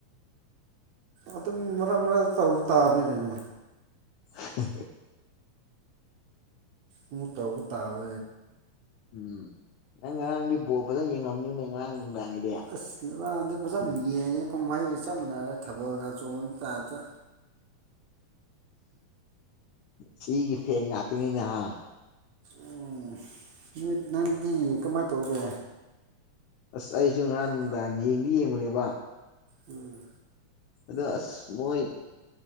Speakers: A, on the right; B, on the left.
A: ꯑꯗꯨꯝ ꯃꯔꯛ ꯃꯔꯛ ꯇꯥꯕꯅꯤ ꯀꯩꯅꯣ
B: <unintelligible>
A: ꯑꯃꯨꯝꯛ ꯇꯧꯕ ꯇꯥꯕ
B: ꯎꯝ ꯅꯪ ꯉꯔꯥꯡꯗꯤ ꯕꯣꯔ ꯐꯖꯅ ꯌꯦꯡꯂꯝꯅꯤꯅꯦ ꯅꯪ ꯉꯔꯥꯡ ꯅꯨꯡꯗꯥꯡꯒꯤꯗꯤ
A: ꯑꯁ ꯅꯕꯗꯤ ꯐꯖꯅ ꯌꯦꯡꯉꯦ ꯀꯨꯝꯍꯩꯒ ꯆꯞ ꯃꯥꯟꯅꯔꯦ ꯊꯕꯛꯑꯒ ꯆꯣꯡꯕ ꯇꯥꯔꯇ
B: ꯁꯤꯒꯤ ꯐꯦꯟ ꯉꯥꯛꯇꯅꯤꯅꯦ ꯍꯥ
A: ꯎꯝ ꯅꯨ ꯅꯪꯗꯤ ꯀꯃꯥꯏ ꯇꯧꯒꯦ
B: ꯑꯁ ꯑꯩꯁꯨ ꯉꯔꯥꯡ ꯅꯨꯡꯗꯥꯡ ꯌꯦꯡꯗꯤ ꯌꯦꯡꯕꯅꯦꯕ
A: ꯎꯝ
B: ꯑꯗ ꯑꯁ ꯃꯣꯏ